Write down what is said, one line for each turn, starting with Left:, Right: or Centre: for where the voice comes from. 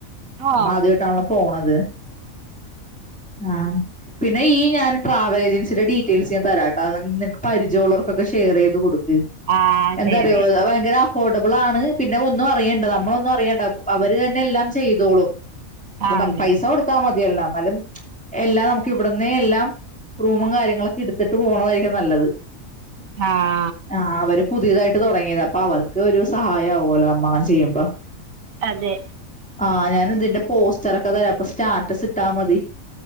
Centre: നമ്മ
Right: ആഹ്
Centre: ആദ്യായിട്ടാണല്ലോ പോണത്, ആഹ് പിന്നെ ഈ ഞാൻ ട്രാവൽ ഏജൻസിയുടെ ഡീറ്റെയിൽസ് ഞാൻ തരാട്ടാ. നിങ്ങ നിനക്ക് പരിചയള്ളാർക്കൊക്കെ ഷെയർ ചെയ്ത് കൊടുക് ക്ക്.
Right: ആഹ്
Centre: എന്താറിയോ
Right: ശരി
Centre: അത് ഭയങ്കര അഫോർഡബിൾ ആണ് പിന്നെ ഒന്നും അറിയണ്ട. നമ്മളൊന്നും അറിയണ്ട അവര് തന്നെ എല്ലാം ചെയ്തോളും. അപ്പം
Right: ആണല്ലേ
Centre: നമ് പൈസ കൊടു ത്താ മതിയല്ല അന്നാലും എല്ലാം നമുക്ക് ഇവിടുന്നേ എല്ലാം റൂമും കാര്യങ്ങളൊക്കെ ഇട്ത്തിട്ട് പോണതായിരിക്കും നല്ലത്.
Right: ആഹ്
Centre: ആഹ് അവര് പുതിയതായിട്ട് തൊടങ്ങിയതാ. അപ്പൊ അവർക്ക് ഒരു സഹായം ആവോല്ലോ നമ്മളങ്ങനെ ചെയ്യുമ്പം
Right: അതെ
Centre: ആഹ് ഞാൻ ഇതിന്റെ പോസ്റ്റർ ഒക്കെ തരാ അപ്പൊ സ്റ്റാറ്റസ് ഇട്ടാ മതി